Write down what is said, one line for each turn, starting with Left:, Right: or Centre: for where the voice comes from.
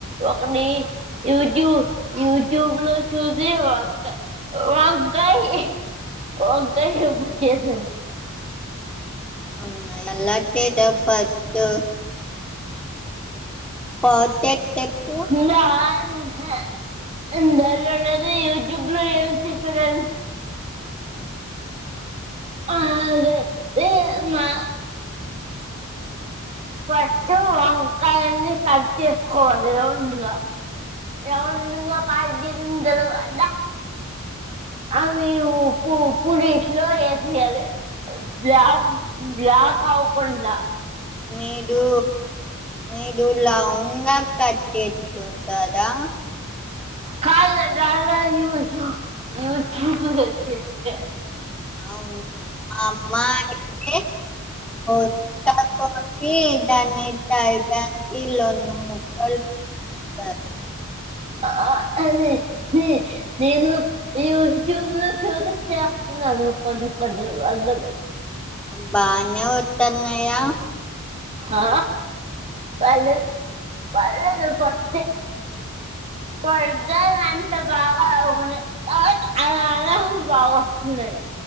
Right: ఒకని యూట్యూ యూట్యూబ్ లో చూసి ఒక వంకాయ యీ వంకాయ ఇప్పుడు చేశాను
Centre: అవును ఎలా చేసావ్ పొద్దు పొటెట్ టెప్పు
Right: ందా అందహే ఇందర అనేది యూట్యూబ్ లోనే చూస్తున్నారు ఆ అదే మా ఫస్ట్ వంకాయలను కట్ చేసుకోవాలి రౌండ్ గా రౌండ్ గా కట్ చేసిన తర్వాత అవి ఉప్పు ఉప్పునీటిలో వేసేయాలి బ్లాక్ బ్లాక్ అవ కుండా
Centre: మీదు మీదు లౌండ్ గా కట్ చేసి కదా
Right: కాల్ గె డ్రైవర్ న్యూస్ న్యూస్ చూస్ వచ్చేసా
Centre: అవును మా అమ్మానికి కొత్త కోడళ్ళు ఈ దాన్ని ఇట్టా ఇట్టా టీఎల్లోనూ మొక్కల్లోనూ
Right: ఆ అది ది నేను యూట్యూబ్లో చూసి చేస్తున్నాను కొన్ని కొన్ని వంద లు
Centre: బానే ఒట్టన్నయా
Right: ఆ పర్లేదు పర్లేదు ఫస్ట్ ఫస్ట్ టైం అంత బాగా రావు మరి అ అలా అలా బాగా వస్తున్నాయి